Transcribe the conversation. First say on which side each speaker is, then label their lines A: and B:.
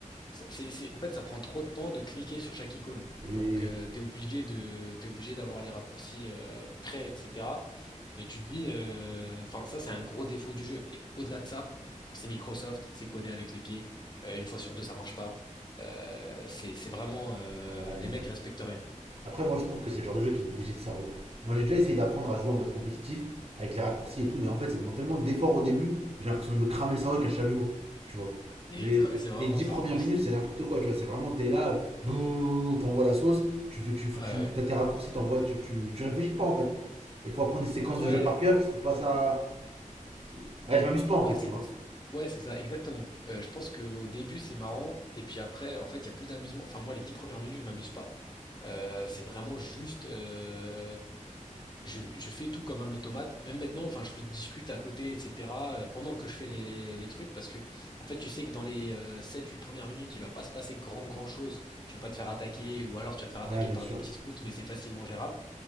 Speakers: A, on the left; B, on the right.
A: c'est, c'est, c'est- en fait, ça prend trop de temps de cliquer sur chaque icône.
B: Oui,
A: Donc,
B: oui,
A: euh, t'es obligé de, t'es obligé d'avoir les raccourcis euh, prêts, etc. Mais tu te dis, euh, enfin, ça, c'est un gros défaut du jeu. Et au-delà de ça, c'est Microsoft, c'est codé avec les pieds. Euh, une fois sur deux, ça marche pas. Euh, c'est, c'est vraiment, euh,
B: oui. Ouais.
A: les mecs respectent rien.
B: Après, moi, je trouve que c'est le genre de jeu qui te bousille le cerveau. Moi, j'ai déjà essayé d'apprendre à jouer en mode compétitif avec les raccourcis et tout, mais en fait, ça demande tellement d'efforts au début, j'ai l'impression de me cramer le cerveau avec un chalumeau. Tu vois
A: <laughs>
B: les,
A: Ouais, C'est vraiment
B: les 10
A: ça
B: premières
A: en plus.
B: minutes, c'est n'importe quoi, tu vois. C'est vraiment, t'es là, euh, bouh, t'envoies la sauce, tu fais, tu fais,
A: Ouais,
B: tu, t'as tes raccourcis, t'envoies, tu, tu, tu réfléchis pas en fait. Il faut apprendre des séquences
A: ouais.
B: de jeu par cœur,
A: Ouais.
B: je trouve pas ça. c'est- Ouais, je m'amuse
A: Bah
B: pas en fait,
A: c'est
B: tu vois.
A: ouais c'est ça exactement. Euh, je pense qu'au début c'est marrant et puis après en fait il y a plus d'amusement. Enfin moi les dix premières minutes je m'amuse pas. Euh, c'est vraiment juste euh, je, je fais tout comme un automate. Même maintenant enfin je discute à côté etc. euh, pendant que je fais les, les trucs parce que en fait tu sais que dans les euh, sept huit premières minutes il va pas se passer grand grand chose. Tu vas pas te faire attaquer ou alors tu vas te faire
B: Ouais,
A: attaquer
B: bien
A: par
B: sûr.
A: des petits scouts mais c'est facilement gérable.